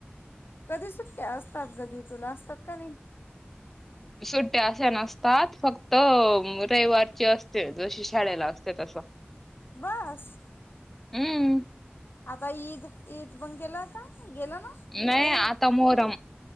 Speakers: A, on the left; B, in the centre.
A: कधी सुट्ट्या असतात गं दि तुला,, असतात का नाई.
B: सुट्ट्या अश्या नसतात,, फक्त अंऽ रविवारची असते जशी शाळेला असते तसे. अच्छा <unintelligible>
A: बऽऽस.
B: हम्
A: आता ईद, ईद बंग केला काऽ गेल ना,,
B: नाही
A: ते,,
B: आता मोहरम